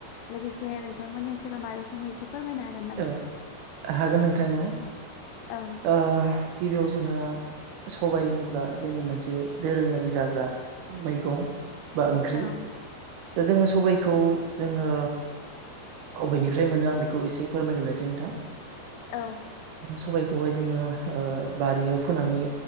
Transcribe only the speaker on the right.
औ हागोन नोंथां औ।
ओ गिबियाव जोंहा सबाय होनोब्ला जोंनि मोनसे दोरोङारि जाग्रा मैगं बा ओंख्रि
दा जोङो सबायखौ जोङो बबेनिफ्राय मोनो आं बेखौ एसे फोरमायग्रोनोसै नोंथां।
सबायखौहाय जोङो बारियाव फोनानै